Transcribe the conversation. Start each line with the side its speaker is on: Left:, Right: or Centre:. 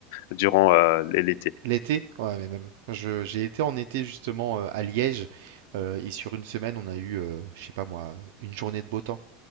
Left: durant, heu, l'été.
Right: l'été. Ouais, mais même. Je j'ai été en été justement euh, à Liège euh, et sur une semaine, on a eu, euh, je sais pas moi, une journée de beau temps.